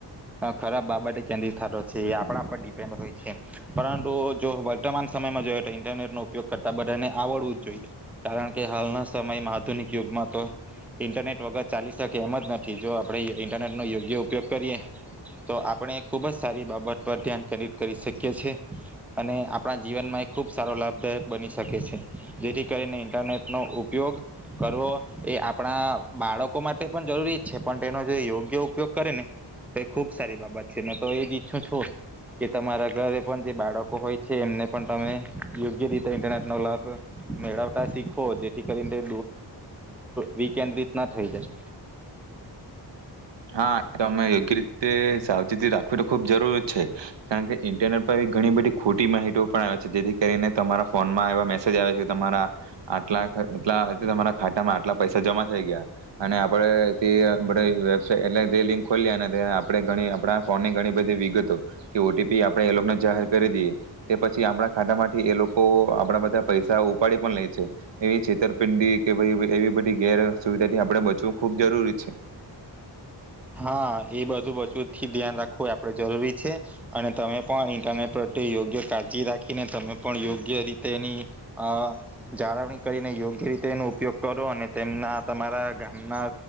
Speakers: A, in the centre; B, on the right.
A: ખરાબ બાબતે કેન્દ્રિત થતો છે એ આપણા પર ડિપેન્ડ હોય છે પરંતુ જો વર્તમાન સમયમાં જોઈએ તો ઇન્ટરનેટ ની ઉ ઉપયોગ કરતાં બધાને આવડવું જ જોઈએ કારણ કે હાલના સમયમાં આધુનિક યુગમાં તો ઇન્ટરનેટ વગર ચાલી શકે એમ જ નથી જો આપણે ઇન્ટરનેટનો યોગ્ય ઉપયોગ કરીએ તો આપણે ખૂબ જ સારી બાબત પર ધ્યાન કેન્દ્રિત કરી શકીએ છીએ અને આપણા જીવનમાં એ ખૂબ સારો લાભદાયક બની શકે છે, જેથી કરીને ઇન્ટરનેટનો ઉપયોગ કરવો એ આપણા બાળકો માટે પણ જરૂરી છે, પણ તેનો જે યોગ્ય ઉપયોગ કરે ને તો એ ખૂબ સારી બાબત છે. મેં તો એ જ ઈચ્છું છું, કે તમારા ઘરે પણ જે બાળકો હોય છે, એમને પણ તમે યોગ્ય રીતે ઇન્ટરનેટનો લાભ મેળવતા શીખો, જેથી કરીને વિકેન્દ્રિત ના થઈ જાય.
B: હા, તો અમે યોગ્ય રીતે સાવચેતી રાખવી તો ખુબ જરૂર છે, કારણકે ઇન્ટરનેટ પર ઘણી બધી ખોટી માહિતી પણ આવે જેથી કરીને તમારા ફોનમાં એવા મેસેજ આવે છે, તમારા આટલા આટલા તમારા ખાતામાં આટલા પૈસા જમા થઈ ગયા અને આપડે જે બધો છે એટલે જે લિંક ખોલ્યા અને તે આપણે ઘણી આપડા ફોનની ઘણી બધી વિગતો કે ઓ ટી પી આપડે એ લોકોને જાહેર કરી દઈએ, તે પછી આપડા ખાતામાંથી એ લોકો આપડા બધા પૈસા ઉપાડી પણ લે છે, એવી છેતરપિંડી કે એવી બધી ગેર સુવિધાથી આપડે બચવું ખૂબ જરૂરી છે.
A: હા, એ બધું બચુંથી ધ્યાન રાખવું આપડે જરૂરી છે અને તમે પણ ઇન્ટરનેટ પ્રત્યે યોગ્ય કાળજી રાખીને, તમે પણ યોગ્ય રીતે એની અહ જાળવણી કરીને યોગ્ય રીતે એનો ઉપયોગ કરો અને તેમના તમારા ગામના